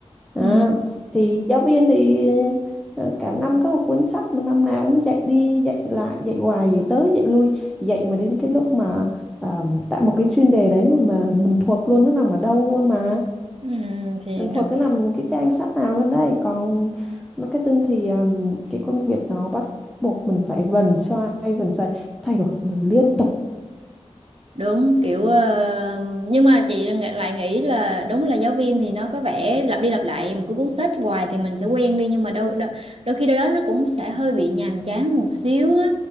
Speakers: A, in the centre; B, on the right.
A: à,
B: Ừ.
A: thì giáo viên thì ờ, cả năm có một cuốn sách mà năm nào cũng dạy đi dạy lại dạy hoài dạy tới dạy lui dạy mà đến cái lúc mà à, tại một cái chuyên đề đấy mà, mà mình thuộc luôn nó nằm ở đâu luôn mà
B: Ừ, thì
A: mình
B: nó
A: thuộc cứ nằm cái trang sách nào luôn đây còn marketing thì um, cái công việc nó bắt buộc mình phải vần xoay vần xoay thay đổi mình liên tục
B: đúng kiểu ờ, nhưng mà chị nghĩ- lại nghĩ là đúng là giáo viên thì nó có vẻ lặp đi lặp lại một cái cuốn sách hoài thì mình sẽ quen đi nhưng mà đôi đôi, đôi khi đâu đó nó cũng sẽ hơi bị nhàm chán một xíu á